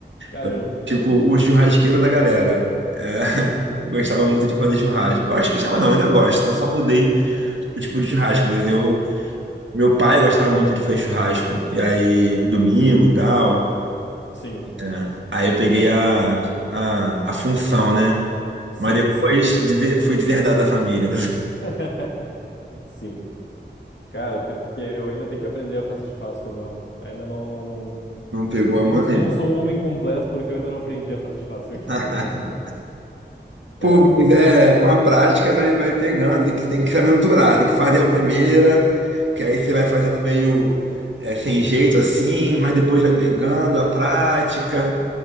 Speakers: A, on the left (about 75°); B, on the right (about 80°).
A: Caramba.
B: Eu, tipo, o churrasqueiro da galera. É,
A: Sim,
B: <laughs> eu gostava muito de fazer churrasco. Gosto, gostava não, ainda gosto. né? Eu só mudei o tipo de churrasco, mas eu, meu pai gostava muito de fazer churrasco. E aí, domingo e tal.
A: sim,
B: É. Aí eu peguei a, a, a função, né?
A: sim,
B: Mas depois
A: sim.
B: dese- fui deserdado da família.
A: <laughs> Sim. Cara, pior que eu ainda tenho que aprender a fazer churrasco, meu. Ainda não, não, não,
B: <laughs> Não pegou a
A: não,
B: manha?
A: não sou um homem completo porque eu ainda não aprendi a fazer churrasco aqui.
B: <laughs>
A: <laughs> mas-
B: Pô,
A: É,
B: mas é, com a prática vai, vai pegando, tem que, tem que se aventurar, tem que fazer a primeira, que aí você vai fazendo meio é, sem jeito assim, mas depois vai pegando a prática,